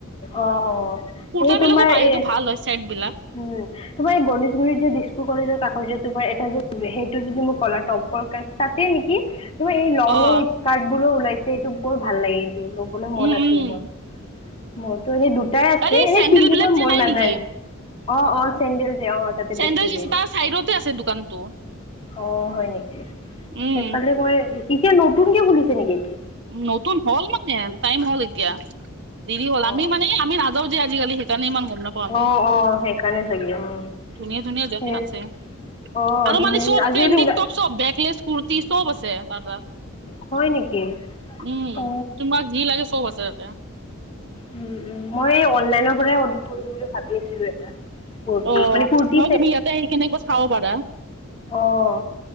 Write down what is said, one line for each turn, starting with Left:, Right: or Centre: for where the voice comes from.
Left: অহ', অহ',
Right: কুৰ্তা
Left: সেই
Right: বিলাকো
Left: তোমাৰ
Right: পায়
Left: এ',
Right: সেইটো ভাল হয় চেট বিলাক
Left: উম', তোমাৰ এই, গণেশগুৰিত যে দিছপুৰ কলেজৰ কাষৰ যে, তোমাৰ এটা যে, সেইটো যদি মোক কলা টপৰ কাৰ', তাতে নেকি? মোৰ এই লং
Right: অ',
Left: লং স্কাৰ্ট বোৰো ওলাইছে, সেইটো বহুত ভাল লাগে, এইটো ল'বলৈ মন
Right: উম,
Left: আছিল
Right: উম,
Left: মোৰ', মোৰতো এনে দুটাই আছে,
Right: আৰে
Left: এনেই
Right: চেণ্ডেল
Left: পিন্ধিব
Right: বিলাক যে
Left: মন
Right: নাই
Left: নাযায়,
Right: নেকি?
Left: অ', অ', চেণ্ডেল যে অ', তাতে
Right: চেণ্ডেল
Left: বেছি
Right: যি
Left: যে
Right: আছে চাইডতে আছে দোকানটো',
Left: অ', হয়, নেকি
Right: উম,
Left: সেইফালে মই, এতিয়া নতুনকে খুলিছে নেকি এইটো',
Right: নতুন হ'ল মানে, টাইম হ'ল এতিয়া দেৰি হ'ল আমি
Left: অ
Right: মানে আমি ৰা', তহঁতি আজি কালি সেইকাৰণে ইমান গম নাপ', আকৌ, আমি
Left: অ', অ', সেইকাৰণে চাগে উম,
Right: ধুনীয়া ধুনীয়া জগা
Left: সেই
Right: আছে',
Left: অ',
Right: আৰু
Left: ধুনীয়া
Right: মানে
Left: ধুনীয়া
Right: চব
Left: আজিকালি
Right: ট্ৰেণ্ডিং
Left: ওলাই
Right: টপ চব ভেকলেছ কুৰ্তি চব আছে তাত, তাত',
Left: হয়, নেকি?
Right: উম',
Left: অ',
Right: তোমাক যি লাগে চব আছে ইয়াতে',
Left: উম', উম', মই এই অনলাইনৰ পৰাই অৰ্ডাৰ কৰিম বুলি ভাবি আছিলোঁ এটা', কুৰ্তি
Right: অহ',
Left: মানে কুৰ্তি
Right: হয় তুমি ইয়াতে আহি কেনে একবাৰ চাব পাৰা',
Left: অহ',